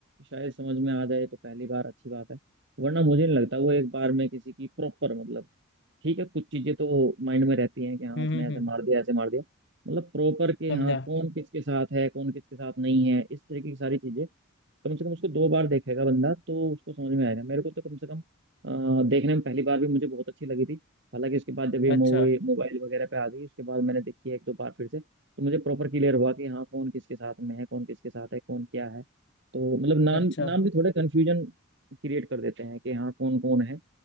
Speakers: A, on the right; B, on the left.
A: शायद समझ में आ जाए तो पहली बार अच्छी बात है वरना मुझे नहीं लगता वो एक बार में किसी की प्रॉपर मतलब ठीक है कुछ चीजें तो माइंड में रहती हैं कि हाँ
B: हम्म
A: उसने
B: हम्म
A: ऐसे
B: हम्म,
A: मार दिया ऐसे मार दिया मतलब प्रॉपर के
B: समझा
A: हाँ कौन किसके साथ है कौन किसके साथ नहीं है इस तरीके की सारी चीजें कम से कम उसको दो बार देखेगा बंदा तो उसको समझ में आएगा मेरे को तो कम से कम अ, देखने में पहली बार भी मुझे बहुत अच्छी लगी थी हालांकि उसके बाद जब ये मूवी
B: अच्छा
A: मोबाइल वगैरह पे आ गई उसके बाद मैंने देखी है एक दो बार फिर से तो मुझे प्रॉपर क्लियर हुआ कि हाँ कौन किसके साथ में है कौन किसके साथ है कौन क्या है तो मतलब नाम
B: अच्छा
A: नाम भी थोड़े कन्फ्यूजन क्रिएट कर देते हैं कि हाँ कौन कौन है